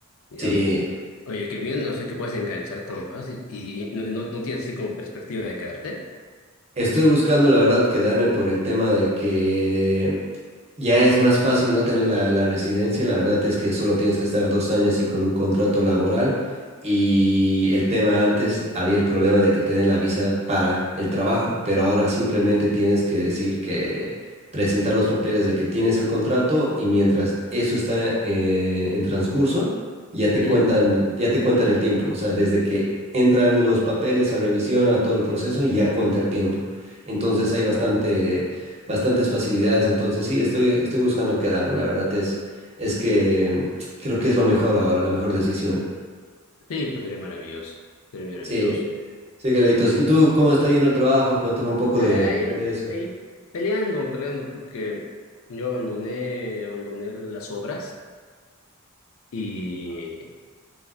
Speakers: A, on the left; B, on the right.
A: ya.
B: Sí,
A: Oye, qué bien, no sé qué puedes enganchar tan fácil. ¿Y no, no, no tienes así como perspectiva de quedarte?
B: Estoy buscando, la verdad, quedarme por el tema de que ya es más fácil no tener la, la residencia. La verdad es que solo tienes que estar dos años y con un contrato laboral. Y el tema antes había el problema de que te den la visa para el trabajo, pero ahora simplemente tienes que decir que presentar los papeles de que tienes el contrato y mientras eso está eh, en transcurso, ya te
A: Ujú.
B: cuentan, ya te cuentan el tiempo. O sea, desde que entran los papeles a revisión, a todo el proceso, ya cuenta el tiempo. Entonces hay bastante, bastantes facilidades. Entonces sí, estoy, estoy buscando quedarme. La verdad es, es que creo que es lo mejor ahora, la mejor decisión.
A: Sí, pues sería maravilloso. Sería maravilloso.
B: Sí, sí, Carlitos. ¿Y tú cómo está yendo el trabajo? Cuéntame un poco
A: Ahí,
B: de, de eso.
A: ahí peleando, peleando, porque yo abandoné, abandoné las obras y,